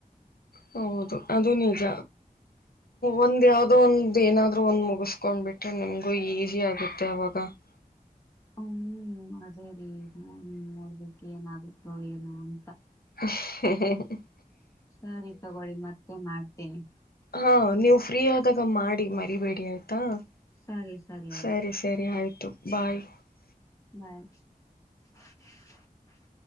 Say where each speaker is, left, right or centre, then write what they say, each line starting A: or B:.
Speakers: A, on the left; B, on the left.
A: ಹೌದು! ಅದು ನಿಜ ಒಂದ್ ಯಾವ್ದೋ? ಒಂದ್ ಏನಾದರು, ಒಂದ್ ಮುಗಿಸ್ಕೊಂಡ್ಬಿಟ್ರೆ. ನಿಮ್ಗು ಈಸಿ ಆಗುತ್ತೆ ಅವಾಗ? <unintelligible>
B: ಹ್ಮ್, ಅದೇ ರೀ! ನ ನೋಡ್ಬೇಕ, ಏನಾಗುತ್ತೋ ಏನು ಅಂತ.. <inaudible>
A: ಹ.. <inaudible>
B: ಸರಿ, ತಗೊಳ್ಳಿ. ಮತ್ತೆ ಮಾಡ್ತೇನಿ? <inaudible>
A: ಹಾ ನೀವು ಫ್ರೀ? ಆದಾಗ, ಮಾಡಿ ಮರಿಬೇಡಿ ಆಯ್ತಾ?
B: ಸರಿ
A: <inaudible>
B: ಆಯ್ತು
A: ಸರಿ, ಸರಿ, ಆಯ್ತು? ಬಾಯ್.. <inaudible>
B: ಬಾಯ್? <inaudible>